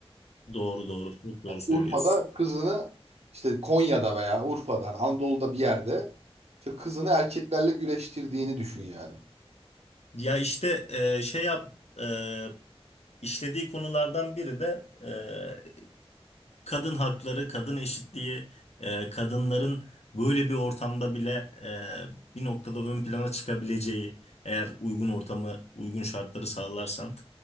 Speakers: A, on the left; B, on the right.
A: Doğru doğru çok doğru söylüyorsun.
B: Urfa'da kızını işte Konya'da veya Urfa'da hani Anadolu'da bir yerde işte kızını erkeklerle güreştirdiğini düşün yani.
A: Ya işte e, şey yap e, işlediği konulardan biri de e, kadın hakları, kadın eşitliği, e, kadınların böyle bir ortamda bile e, bir noktada ön plana çıkabileceği eğer uygun ortamı, uygun şartları sağlarsan.